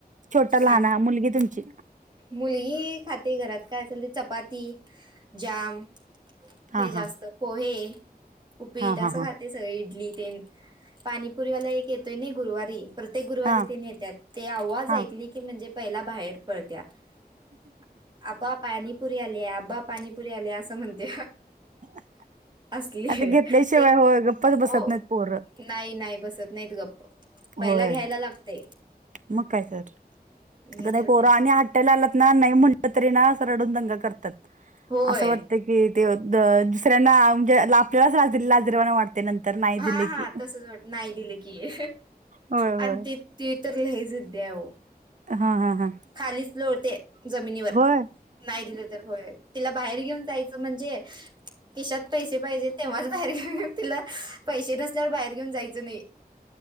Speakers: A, on the right; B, on the right.
A: छोट लहाना
B: आणि
A: मुलगी तुमची
B: मुलगी खाते घरात काय असल ते चपाती जाम
A: हा
B: हे जास्त
A: हा
B: पोहे उपीट
A: हा
B: असं
A: हा हा
B: खाते सगळे इडली ते पाणीपुरी वाला एक येतोय ना गुरुवारी प्रत्येक गुरुवारी
A: हा
B: तने येतात ते आवाज
A: हा
B: ऐकली की म्हणजे पहिला बाहेर आप पाणीपुरी आलेया आप पाणी पुरी आल्या असं म्हणते.
A: आता
B: असली आहे
A: घेतल्याशिवाय
B: ते
A: होय गप्पच बसत
B: हो
A: नाहीत पोर
B: नाही नाही बसत नाहीत गप्प पहिला
A: होय
B: घ्यायला लागते.
A: मग काय तर
B: नाहीतर
A: कदा पोरा
B: काय
A: आणि त ना नाही म्हटलं तरी ना रडून दंग करतात
B: होय
A: असं वाटत की. ते दुसऱ्यांना म्हणजे आपल्यालाच ला लाजदवाना वाटते नंतर. नाही
B: हा
A: दिले
B: हा
A: की
B: तसच वाट नाही दिलं की
A: होय होय
B: आणि ते ती तर लज देव.
A: हा हा हा
B: खालीच लोळते. जमिनीवर
A: होय
B: नाही दिलं तर होय तिला बाहेर घेऊन जायचं म्हणजे. किशात पैसे पाहिजे तेव्हाच बाहेर घेऊन तिला पैसे नस. ल्या बाहेर घेऊन जायचं नाही